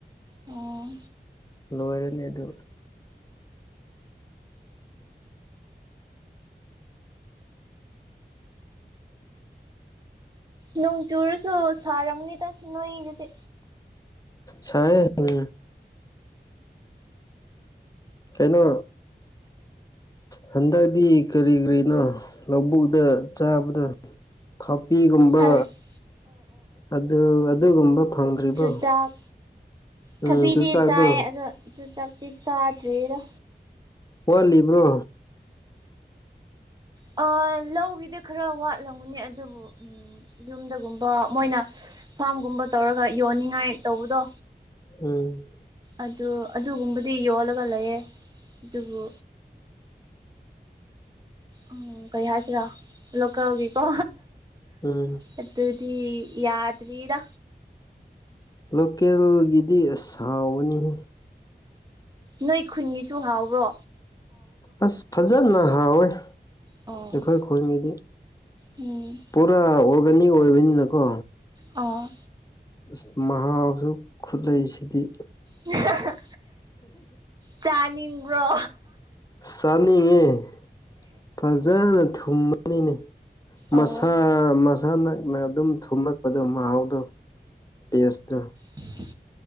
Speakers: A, on the right; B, on the left.
A: ꯑꯣ
B: ꯂꯣꯏꯔꯅꯤ ꯑꯗꯨ
A: ꯅꫭꯡ ꯆꯨꯔꯁꯨꯨ ꯁꯔꯝꯅꯤꯗꯥ ꯅꯣꯏ ꯑꯨꯗꯤ
B: ꯁꯥꯏꯌꯦ ꯎꯝ ꯀꯩꯅꯣ ꯍꯟꯗꯛꯇꯤ ꯀꯔꯤ ꯀꯔꯤꯅꯣ ꯂꯧꯕꯨꯛꯇ ꯆꯥꯕꯗꫭ ꯊꯥꯄꯤꯒꯨꯝꯕ
A: ꯑꯣ
B: ꯑꯗꯨ ꯑꯗꯨꯒꯨꯝꯕ ꯐꯪꯗ꯭ꯔꯤꯕꯣ
A: ꯆꯨꯆꯥꯛ
B: ꯎꯝ
A: ꯊꯕꯤꯗꯤ
B: ꯆꯨꯖꯥꯛꯗꯣ
A: ꯆꯥꯏ ꯑꯗꯣ ꯆꯨꯆꯥꯛꯇꯤ ꯆꯥꯗꯔ
B: ꯋꯥꯠꯂꯤꯕ꯭ꯔꯣ
A: ꯑ ꯂꯧꯒꯤꯗꯤ ꯈꯔ ꯋꯥꯠꯂꯝꯒꯥꯅꯤ ꯑꯗꯨꯕꯨ ꯎꯝ ꯌꯨꯝꯗꯒꯨꯝꯕ ꯃꯣꯏꯅ ꯐꯥꯝꯒꯨꯝꯕ ꯇꯧꯔꯒ ꯌꯣꯟꯅꯤꯡꯉꯥꯏ ꯇꯧꯕꯗꯣ
B: ꯎꯝ
A: ꯑꯗꯨ ꯑꯗꯨꯒꯨꯝꯕꯗꯤ ꯌꯣꯜꯂꯒ ꯂꯩꯌꯦ ꯑꯗꯨꯕꯨ ꯎꯝ ꯀꯩ ꯍꯥꯏꯁꯤꯔꯥ ꯂꯣꯀꯦꯜꯒꯤꯀꯣ
B: ꯎꯝ
A: ꯑꯗꯨꯗꯤ ꯌꯥꯗꯔꯤꯗꯥ
B: ꯂꯣꯀꯦꯜꯒꯤꯗꯤ ꯑꯁ ꯍꯥꯎꯕꯅꯤꯍꯦ
A: ꯅꯣꯏ ꯈꯨꯟꯒꯤꯁꯨ ꯍꯔꯥꯎꯕ꯭ꯔꯣ
B: ꯑꯁ ꯐꯖꯅ ꯍꯥꯎꯋꯦ
A: ꯑꯣ
B: ꯑꯩꯈꯣꯏ ꯈꯨꯜꯒꯤꯗꯤ
A: ꯎꯝ
B: ꯄꯨꯔꯥ ꯑꯣꯔꯒꯥꯅꯤꯛ ꯑꯣꯏꯕꯅꯤꯅꯀꯣ
A: ꯑꯥ
B: ꯑꯁ ꯃꯍꯥꯎꯁꯨ ꯈꯨꯠꯂꯩꯁꯤꯗꯤ
A: ꯑ ꯆꯥꯅꯤꯡꯕ꯭ꯔꯣ
B: ꯆꯥꯅꯤꯡꯉꯦ ꯐꯖꯅ ꯊꯨꯝꯃꯅꯤꯅꯦ
A: ꯑꯣ
B: ꯃꯁꯥ ꯃꯁꯥ ꯃꯥ ꯅꯛꯅ ꯑꯗꯨꯝ ꯊꯨꯝꯂꯛꯄꯗꯣ ꯃꯍꯥꯎꯗꯣ ꯇꯁꯇ
A: ꯎꯝ